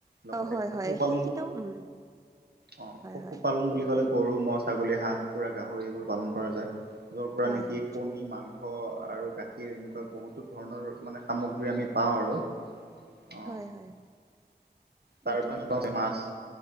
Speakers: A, on the right; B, on the right.
A: লগতে
B: অ হয়
A: পশুপালন
B: হয় সেইকেইটাও
A: বুলি
B: উম
A: অ
B: হয়
A: পালন বুলি ক'লে গৰু, ম' হ, ছাগলী, হাঁহ, কুকুৰাৰ, গাহৰি এইবোৰ পালন কৰা যায়। যৰ পৰা
B: হয়
A: নেকি
B: হয়
A: কণী মাংস আৰু, গাখীৰ এনেকুৱা বহুতো ধৰণৰ মানে সামগ্ৰী আমি পাওঁ আৰু। অ
B: হয় হয়।
A: তাৰ
B: এতিয়া
A: মাছ